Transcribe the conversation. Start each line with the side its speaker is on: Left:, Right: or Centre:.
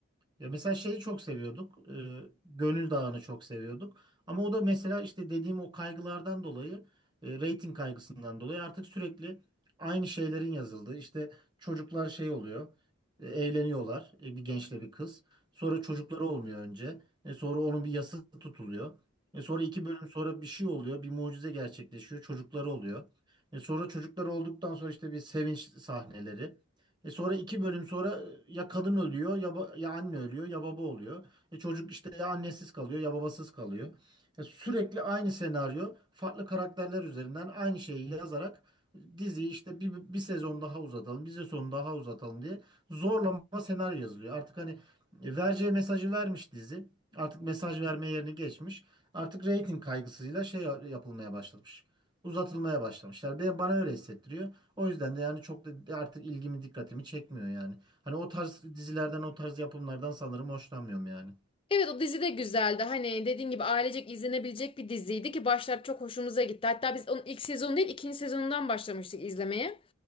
Right: Ya mesela şeyi çok seviyorduk. e, Gönül Dağı'nı çok seviyorduk. Ama o da mesela işte dediğim o kaygılardan dolayı, e, reyting kaygısından dolayı artık sürekli aynı şeylerin yazıldığı. İşte çocuklar şey oluyor. e, Evleniyorlar. e, Bir gençle bir kız. Sonra çocukları olmuyor önce. E, Sonra onun bir yası tutuluyor. E, Sonra iki bölüm sonra bir şey oluyor. Bir mucize gerçekleşiyor. Çocukları oluyor. E, Sonra çocukları olduktan sonra işte bir sevinç sahneleri. E sonra iki bölüm sonra e, ya kadın ölüyor ya, ba- ya anne ölüyor ya baba oluyor. E çocuk işte ya annesiz kalıyor ya babasız kalıyor. E sürekli aynı senaryo farklı karakterler üzerinden aynı şeyi yazarak diziyi işte bir, bir sezon daha uzatalım, bir sezon daha uzatalım diye zorlama senaryo yazılıyor. Artık hani e, vereceği mesajı vermiş dizi. Artık mesaj verme yerini geçmiş. Artık reyting kaygısıyla şey yapılmaya başlamış uzatılmaya başlamışlar. Ben bana öyle hissettiriyor. O yüzden de yani çok da artık ilgimi dikkatimi çekmiyor yani. Hani o tarz dizilerden o tarz yapımlardan sanırım hoşlanmıyorum yani.
Left: Evet o dizi de güzeldi. Hani dediğin gibi ailecek izlenebilecek bir diziydi ki başlar çok hoşumuza gitti. Hatta biz onun ilk sezonu değil ikinci sezonundan başlamıştık izlemeye.